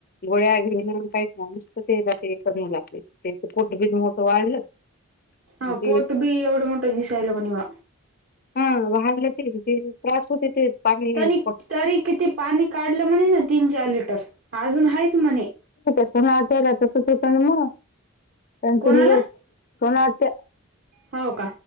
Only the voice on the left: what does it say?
गोळ्या घेऊन काहीच नुस्त ते ते करू लाग ते ते पोट बी मोट वाढलं
ते
हा वागलं ते ते त्रास होते. ते पाणी
प
ष ना ते राज चषतण म त्यांची
निवड सोनात्या